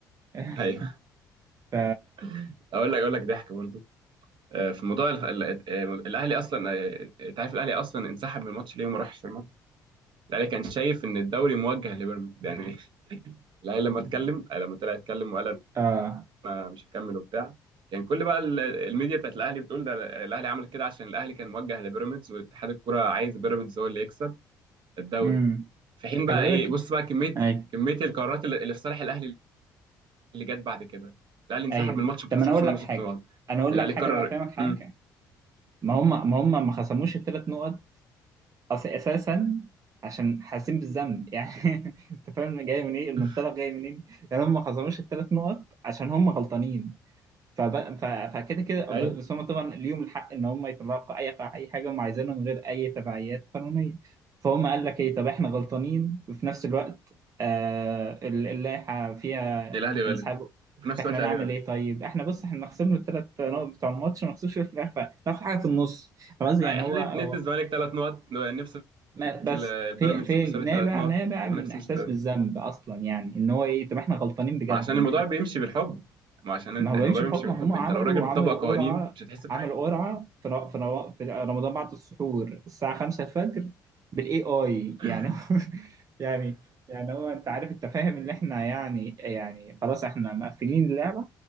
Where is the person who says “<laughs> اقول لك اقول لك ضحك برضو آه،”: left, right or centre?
Right